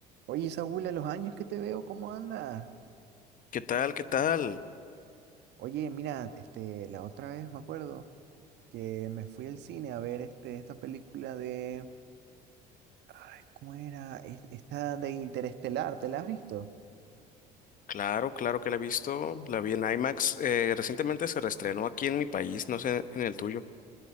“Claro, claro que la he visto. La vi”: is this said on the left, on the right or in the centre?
Left